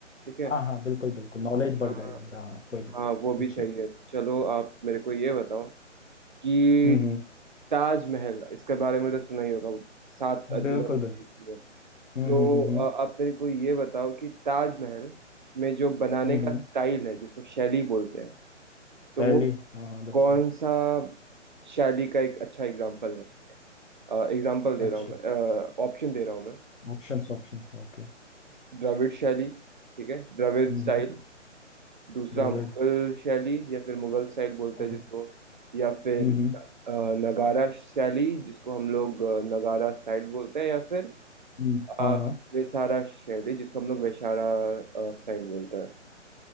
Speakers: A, on the right (about 40°); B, on the left (about 80°).
A: ठीक है
B: हाँ हाँ बिल्कुल बिल्कुल नॉलेज बढ़
A: हाँ
B: जाएगा मेरा हाँ कोई नहीं
A: हाँ, वो भी
B: पूछिए
A: सही है तो चलो आप मेरे को ये बताओ कि
B: हम्म हम्म
A: ताजमहल इसके बारे में तो सुना ही होगा सात अजूबा
B: बिल्कुल
A: में
B: बिल्कुल
A: से एक भी है तो
B: हम्म हम्म हम्म हम्म
A: अ, आप मेरे को ये बताओ कि ताजमहल में जो बनाने
B: हम्म,
A: का
B: हम्म,
A: स्टाइल है जिसको शैली बोलते हैं तो
B: पहली
A: वो
B: हाँ हाँ बोलते
A: कौन
B: हैं
A: सा शैली का एक अच्छा एग्जाम्पल है एग्जाम्पल
B: अच्छा
A: दे रहा हूँ मैं ऑप्शन दे रहा हूँ मैं
B: Options options okay
A: द्रविड़ शैली ठीक है द्रविड़
B: हम्म
A: स्टाइल
B: हम्म,
A: दूसरा
B: द्रविड़
A: मुगल शैली या फिर मुगल स्टाइल बोलते
B: मुगल
A: हैं जिसको या फिर
B: हम्म हम्म
A: अ, नगारा शैली जिसको हम लोग अ, नगारा स्टाइल बोलते हैं या फिर
B: हम्म,
A: अ,
B: हाँ हाँ
A: वेसारा शैली जिसको हम लोग वेशारा अ, स्टाइल बोलते हैं